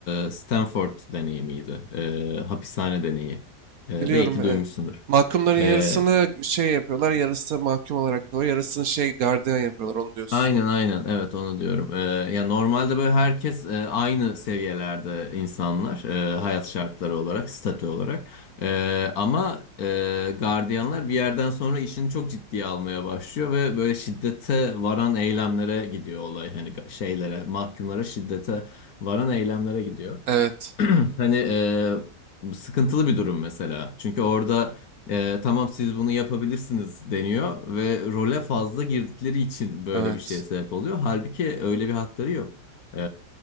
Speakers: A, on the left; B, on the right.
A: E, Stanford deneyi miydi? E, hapishane deneyi. E,
B: Biliyorum
A: belki
B: e,
A: duymuşsundur.
B: mahkumların
A: Ee,
B: yarısını şey yapıyorlar, yarısı mahkum olarak kalıyor, yarısını şey gardiyan yapıyorlar onu diyorsun.
A: Aynen aynen evet onu diyorum. Ee, ya normalde böyle herkes e, aynı seviyelerde insanlar e, hayat şartları olarak, statü olarak. Ee, ama e, gardiyanlar bir yerden sonra işini çok ciddiye almaya başlıyor ve böyle şiddete varan eylemlere gidiyor olay. Hani ga- şeylere, mahkumlara şiddete varan eylemlere gidiyor.
B: Evet,
A: <clears throat> Hani e, bu sıkıntılı bir durum mesela. Çünkü orada e, tamam siz bunu yapabilirsiniz deniyor ve role fazla girdikleri için böyle
B: evet,
A: bir şeye sebep oluyor. Halbuki öyle bir hakları yok. E,